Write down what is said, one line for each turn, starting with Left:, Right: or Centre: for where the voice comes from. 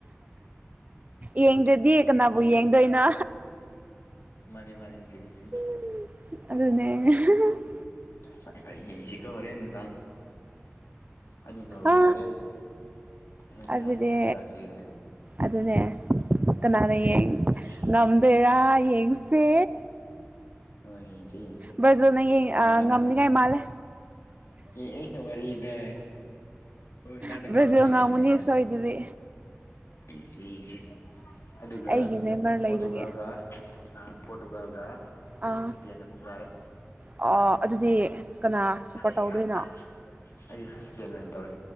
Right: ꯌꯦꯡꯗ꯭ꯔꯗꯤ ꯀꯅꯥꯕꯨ ꯌꯦꯡꯗꯣꯏꯅꯣ
Left: ꯃꯅꯤ ꯃꯥꯅꯤ ꯁꯤꯃꯤꯁꯤꯃꯤ
Right: ꯑꯗꯨꯅꯦ
Left: ꯐꯩ ꯐꯩ ꯌꯦꯡꯁꯤꯀꯣ ꯍꯣꯔꯦꯟ ꯅꯨꯟꯗꯥꯡ ꯑꯩꯗꯤ ꯅꯣꯔꯋꯦ
Right: ꯑ
Left: ꯇꯥꯔꯦ ꯅꯪꯅ
Right: ꯑꯗꯨꯗꯤ
Left: ꯕ꯭ꯔꯥꯖꯤꯜ
Right: ꯑꯗꯨꯅꯦ ꯀꯅꯥꯅ ꯌꯦꯡ
Left: ꯎꯝ ꯐꯔꯦ
Right: ꯉꯝꯗꯣꯏꯔꯥ ꯌꯦꯡꯁꯦ
Left: ꯍꯣꯏ ꯌꯦꯡꯁꯦ
Right: ꯕ꯭ꯔꯖꯤꯜꯅ ꯌꯦꯡ
Left: ꯑꯩꯅ
Right: ꯑ
Left: ꯉꯝ
Right: ꯉꯝꯅꯤꯉꯥꯏ ꯃꯥꯜꯂꯦ
Left: ꯑꯦ ꯑꯦ ꯋꯥꯔꯤꯗ ꯍꯣꯏ ꯅꯪꯅ
Right: ꯕ꯭ꯔꯥꯖꯤꯜ
Left: ꯉꯝꯃꯗꯤ
Right: ꯉꯝꯒꯅꯤ
Left: ꯉꯝꯃꯤꯅ
Right: ꯁꯣꯏꯗꯕꯤ
Left: ꯑꯩꯁꯦ ꯌꯦꯡꯁꯦ ꯑꯗꯨꯒ
Right: ꯑꯩꯒꯤ ꯅꯦꯝꯃꯔ ꯂꯩꯕꯒꯤ
Left: ꯄꯣꯔꯇꯨꯒꯥꯜꯒ ꯑ ꯄꯣꯔꯇꯨꯒꯥꯜꯒ
Right: ꯑꯥ
Left: ꯏꯁ꯭ꯄꯦꯟ ꯑꯃꯨꯛ ꯇꯥꯔꯦ
Right: ꯑꯗꯨꯗꯤ ꯀꯅꯥ
Left: ꯗ
Right: ꯁꯞꯄꯣꯔꯠ ꯇꯧꯗꯣꯏꯅꯣ
Left: ꯌꯥꯦ <unintelligible>